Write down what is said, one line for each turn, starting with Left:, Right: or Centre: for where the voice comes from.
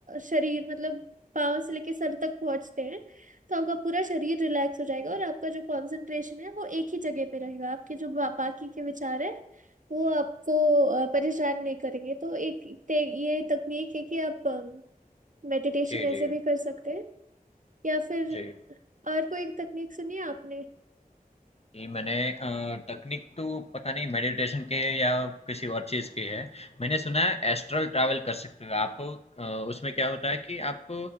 Right: शरीर मतलब पाँव से लेके सर तक पहुंचते हैं तो आपका पूरा शरीर रिलैक्स हो जाएगा और आपका जो कंसंट्रेशन है वो एक ही जगह पे रहेगा आपके जो बा, बाकी के विचार है वो आपको अ, परेशान नहीं करेंगे तो एक ते, ये तकनीक है कि आप मेडिटेशन
Left: जी
Right: ऐसे
Left: जी
Right: भी कर सकते हैं या फिर
Left: जी
Right: और कोई एक तकनीक सुनी है आपने
Left: जी, मैंने अ, तकनीक तो पता नहीं मेडिटेशन की है या किसी और चीज की है मैंने सुना है एस्ट्रल ट्रैवल कर सकते हो आप अ, उसमें क्या होता है कि आप